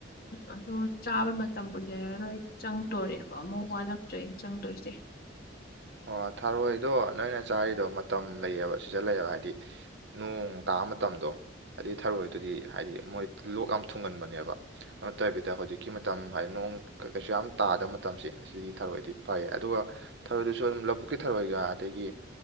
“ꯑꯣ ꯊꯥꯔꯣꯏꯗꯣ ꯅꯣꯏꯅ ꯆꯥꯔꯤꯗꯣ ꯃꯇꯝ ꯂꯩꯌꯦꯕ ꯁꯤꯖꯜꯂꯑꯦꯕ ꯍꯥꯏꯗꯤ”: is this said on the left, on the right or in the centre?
Right